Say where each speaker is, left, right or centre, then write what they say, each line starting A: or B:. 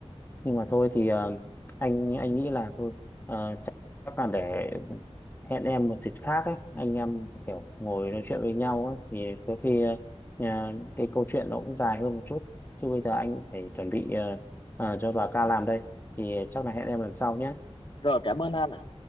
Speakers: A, on the left; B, on the left.
A: nhưng mà thôi thì ờ, anh anh nghĩ là thôi ờ, chắc chắc là để hẹn em một dịp khác ấy anh em kiểu ngồi nói chuyện với nhau ấy, thì có khi ờ, cái câu chuyện nó cũng dài hơn một chút chứ bây giờ anh cũng phải chuẩn bị ờ, ờ, cho bà ca làm đây thì chắc là hẹn em lần sau nhé
B: rồi cảm ơn anh ạ